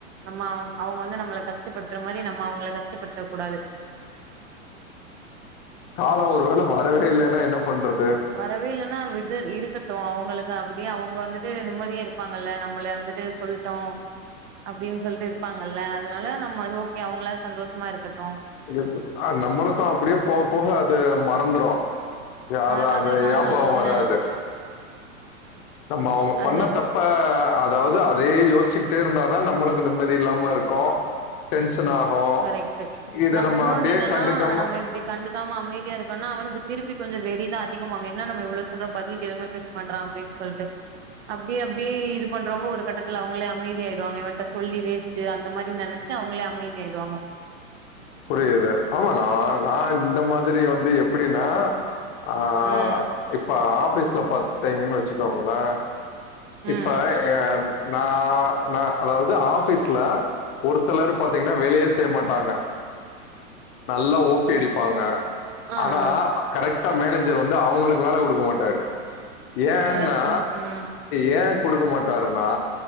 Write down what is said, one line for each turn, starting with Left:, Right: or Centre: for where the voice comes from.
Right: நம்ம அவுங் அவங்க வந்து நம்மள கஷ்டப்படுத்துற மாரி நம்ம அவங்கள கஷ்டப்படுத்த கூடாது
Left: காலோ ஒரு வேள வரவே இல்லேன்னா என்ன பண்றது
Right: வரவே இல்லன்னா விடட் இருக்கட்டு அவங்களுக்கு அப்டியே அவங்க வந்துட்டு நிம்மதியா இருப்பாங்கல்ல நம்மள வந்துட்டு சொல் டோ அப்டின்னு சொல்லிட்டு இருப்பாங்கல்ல அதனால நம்ம ஓகே அவங்களாது சந்தோஷமா இருக்கட்டு
Left: இருக்கட்டு அது நம்மளுக்கு அப்டியே போக போக அது மறந்துரு யார்ரா
Right: ம
Left: அது
Right: அத ஆ
Left: யாபகோ
Right: என்ன
Left: வராது நம்ம அவுங்க
Right: அதனால
Left: பண்ண தப் ப அதாவது அதயே யோசிச்சுக்கிட்டே இருந்தாதா நம்மளுக்கு நிம்மதி இல்லாம இருக்கு டென்ஷன் ஆகு
Right: கரெக்ட்டு
Left: இத நம்ம
Right: இன்னொன்னு
Left: அப்டியே
Right: என்னன்னா
Left: கண்டுக்காம
Right: நம்ம இப்டி கண்டுக்காம அமைதியா இருக்கோன்னா அவனுக்கு திருப்பி கொஞ்சோ வெறிதா அதிகமாகு என்ன நம்ம இவ்ளோ சொல்றோ பதிலுக்கு எதுமே பேச மாட்றா அப்டின்னு சொல்லிட்டு அப்டியே அப்டியே இது பண்றவங்க ஒரு கட்டத்துல அவங்களே அமைதி ஆயிடுவாங்க இவன்ட்ட சொல்லி வேஸ் ட் அந்த மாதிரி நெனச்சு அவங்களே அமைதி ஆயிடுவாங்க
Left: புரியுது ஆமா நா நா இந்த மாதிரி வந்து எப்டின்னா ஆ
Right: ம்
Left: இப்ப ஆபீஸ்ல பாத்தேங்கன்னு வச்சுக்கோங்களே
Right: ம்
Left: இப்ப ஏ நா நா அதாவது ஆபீஸ்ல ஒரு சிலர் பாத்தீங்கன்னா வேலயே செய்ய மாட்டாங்க நல்லா ஓப்பி அடிப்பாங்க
Right: ஆ
Left: ஆனா
Right: ஆ
Left: கரெக்டா மேனேஜர் வந்து அவுங்களுக்கு வேல குடுக்க மாட்டாரு ஏன்னா
Right: நல்லா சின் ம்
Left: ஏ குடுக்க மாட்டாருன்னா